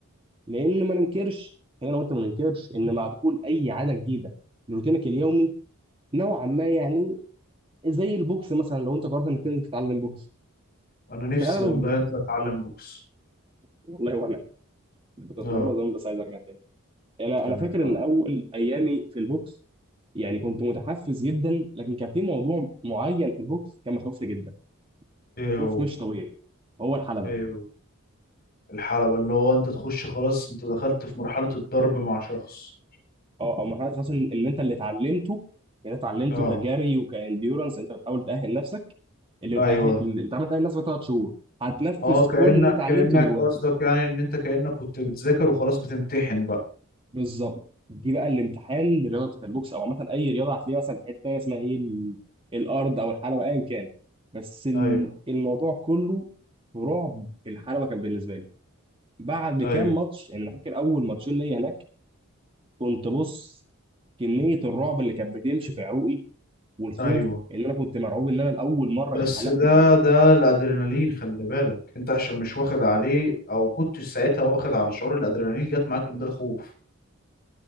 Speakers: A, on the right; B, on the left.
A: لان ما ننكرش خلينا وانت ما ننكرش ان مع دخول اي عاده جديده لروتينك اليومي نوعا ما يعني زي البوكس مثلا لو انت قررت انك تنزل تتعلم بوكس
B: انا نفسي
A: في الاغلب
B: والله انزل اتعلم بوكس
A: والله وانا كنت اتمرن
B: اه
A: زمان بس عايز ارجع تاني انا
B: هنرجعه
A: انا فاكر ان اول ايامي في البوكس يعني كنت متحفز جدا لكن كان في موضوع معين في البوكس كان مخوفني جدا
B: ايه
A: خوف
B: هو
A: مش طبيعي هو الحلبه
B: ايه هو الحلبة اللي هو انت تخش خلاص انت دخلت في مرحلة الضرب مع شخص
A: اه او مرحله خاصه ان إن انت اللي اتعلمته يعني اتعلمته
B: اه
A: كجري وكانديورنس انت بتحاول تاهل نفسك اللي
B: ايوه
A: بتاهل اللي انت عمال تاهل نفسك ثلاث شهور هتنفذ
B: اه كأنك
A: كل اللي اتعلمته
B: كأنك
A: دلوقتي
B: قصدك يعني ان انت كأنك كنت بتذاكر وخلاص بتمتحن بقى
A: بالظبط دي بقى الانتحال لرياضه البوكس او عامه اي رياضه هتلاقيها مثلا في حته تانيه اسمها ايه ال- الارض او الحلبه ايا كان بس ال-
B: ايوه
A: الموضوع كله في رعب الحلبه كان بالنسبه لي بعد
B: ايوه
A: كام ماتش يعني انا فاكر اول ماتشين ليا هناك كنت بص كميه الرعب اللي كانت بتمشي في عروقي والخوف
B: ايوه
A: ان انا كنت مرعوب ان انا لاول مره
B: بس
A: ايه حلق
B: ده
A: يعني
B: ده الادرينالين خلي بالك انت عشان مش واخد عليه او كنت ساعتها واخد على شعور الادرينالين جت معاك ان ده خوف